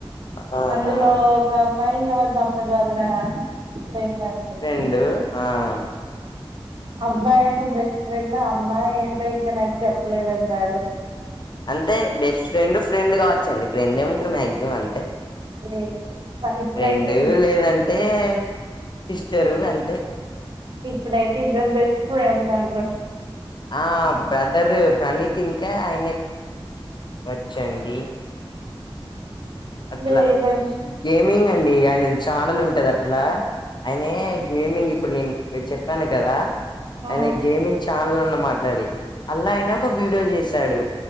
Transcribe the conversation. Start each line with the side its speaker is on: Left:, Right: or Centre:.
Left: ఆ
Right: అందులో
Left: ఆ
Right: ఒక మైయింగా వాళ్ళా తమ్ముడు వాళ్ళ ఫ్రెండ్ అన్నట్టు
Left: రెండు ఆ హ
Right: అబ్బాయేమో బెస్ట్ ఫ్రెండ్ అమ్మాయి ఏంటో ఇంకా నాకు చెప్పలేదండి ఆడు
Left: అంతే బెస్ట్ ఫ్రెండ్ ఫ్రెండ్ కావచ్చండి. రెండే ఉంటర్ మాక్సిమం అంతే,
Right: ఆడుకోలేదు ఇప్పుడైతే
Left: రెండు లేదంటే సిస్టరు అంతే
Right: ఇప్పుడైతే ఇద్దరు బెస్ట్ ఫ్రెండ్ అం
Left: ఆ బ్రదరు ప్రణీత్ ఇంకా, ఆయన వచ్చండి. అట్లా
Right: లేదం
Left: గేమింగ్ అండి ఆయనది ఛానెల్ ఉంటది అట్లా ఆయన గేమింగ్ ఇట్ ఇప్పుడు నేను మీ చెప్పాను కదా!
Right: ఆ
Left: ఆయన గేమింగ్ ఛానల్ ఉన్నా మాటది అల్లా ఆయనా ఒక వీడియో చేశాడు,